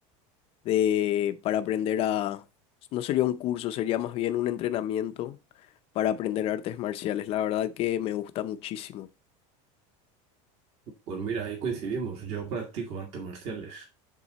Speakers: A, on the left (about 35°); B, on the right (about 40°).
A: de, para aprender a... No sería un curso, sería más bien un entrenamiento para aprender artes marciales. La verdad que me gusta muchísimo.
B: Pues mira, ahí coincidimos, yo practico artes marciales.